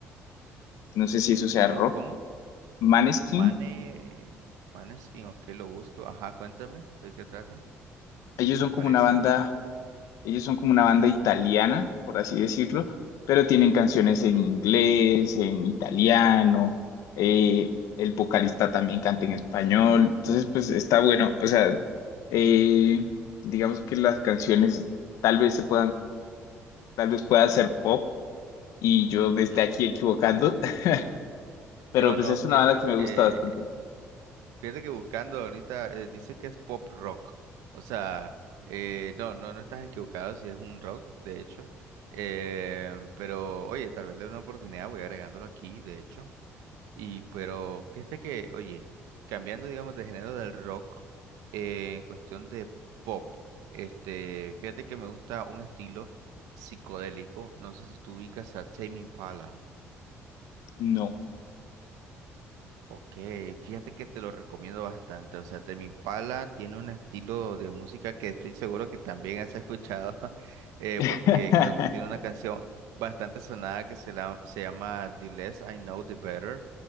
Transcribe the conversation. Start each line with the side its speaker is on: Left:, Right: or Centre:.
Left: No sé si eso sea
Right: ¿Cómo?
Left: rock.
Right: ¿Cómo?
Left: Maneskin.
Right: Mane, Maneskin, ok, lo busco. Ajá, cuéntame, ¿de qué trata?
Left: Ellos
Right: Me
Left: son
Right: parecen.
Left: como una banda, ellos son como una
Right: Ujú,
Left: banda italiana, por así decirlo, pero tienen canciones
Right: ujú,
Left: en
Right: ujú,
Left: inglés, en italiano, eh, el vocalista también canta en español, entonces pues está bueno, o sea, eh, digamos que las canciones tal vez se puedan, tal vez pueda ser pop y yo me
Right: ujú.
Left: esté aquí equivocando, <laughs> pero
Right: No,
Left: pues
Right: no,
Left: es
Right: fíjate
Left: una banda que me
Right: que,
Left: gusta bastante.
Right: fíjate que buscando ahorita eh, dice que es pop rock. O sea, eh, no, no, no estás equivocado si es un rock, de hecho. Eh, pero, oye, tal vez le dé una oportunidad, voy agregándolo aquí, de hecho. Y pero fíjate que, oye, cambiando digamos de género del rock, eh, en cuestión de pop, este, fíjate que me gusta un estilo psicodélico, no sé si tú ubicas a Tame Impala.
Left: No.
Right: Ok, fíjate que te lo recomiendo bastante. O sea, Tame Impala tiene un estilo de música que estoy seguro que también has escuchado, <laughs> eh,
Left: <laughs>
Right: porque creo que tiene una canción bastante sonada que se, la, se llama The Less I Know, The Better.